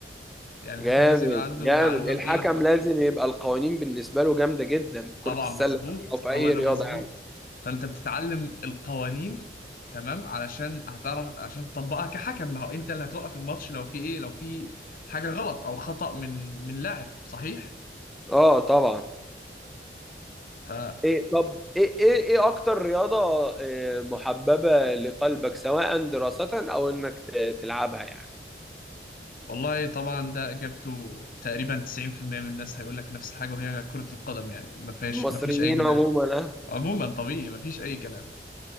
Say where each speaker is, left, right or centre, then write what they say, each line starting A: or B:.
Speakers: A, on the left (about 50°); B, in the centre.
A: يعني الحكم
B: جامد
A: لازم يبقى عنده
B: جامد
A: معلومة
B: الحكم
A: بإيه
B: لازم يبقى القوانين بالنسبة له جامدة جدا في كرة
A: طبعا
B: السلة
A: مظبوط
B: او في
A: هو
B: اي
A: ده
B: رياضة
A: مظبوط
B: يعني
A: فانت بتتعلم القوانين تمام علشان هتعرف عشان تطبقها كحكم ما هو انت اللي هتوقف الماتش لو في ايه لو في حاجة غلط او خطأ من من لاعب صحيح
B: اه طبعا
A: ف
B: ايه طب ايه ايه ايه اكتر رياضة آه، محببة لقلبك سواء دراسة او انك ت- تلعبها يعني
A: والله طبعا ده اجابته تقريبا 90% من الناس هيقول لك نفس الحاجة وهي كرة القدم يعني ما فيهاش
B: المصريين
A: ما فيش اي جدال
B: عموما اه
A: عموما طبيعي ما فيش اي كلام